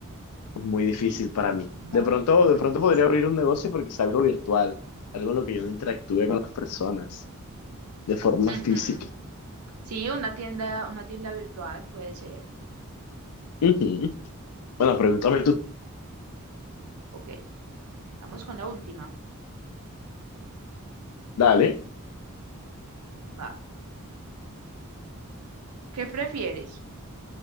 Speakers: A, on the left; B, on the right.
A: es muy difícil
B: sí,
A: para mí.
B: muy,
A: De pronto,
B: muy
A: de pronto
B: difícil.
A: podría abrir un negocio porque es algo virtual, algo en lo que yo no interactúe con las personas de forma
B: Ujú.
A: física.
B: Sí, una tienda, una tienda virtual puede ser.
A: Ujú. Bueno, pregúntame tú.
B: Ok, vamos con la última.
A: Dale.
B: Va. ¿Qué prefieres?